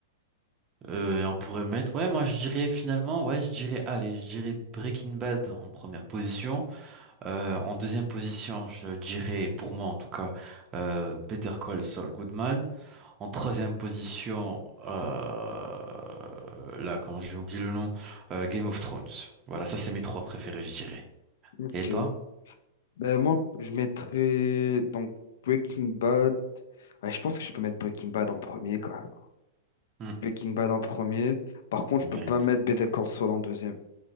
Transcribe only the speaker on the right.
Euh, et on pourrait mettre, ouais, moi je dirais finalement, ouais, je dirais, allez, je dirais Breaking Bad en première position. Euh, en deuxième position, je dirais, pour moi en tout cas, euh, Better Call Saul Goodman. En troisième position, euh, là, comment j'ai oublié le nom, euh, Game of Thrones. Voilà, ça c'est mes trois préférés, je dirais.
Et toi?
Hmm,
il
mérite.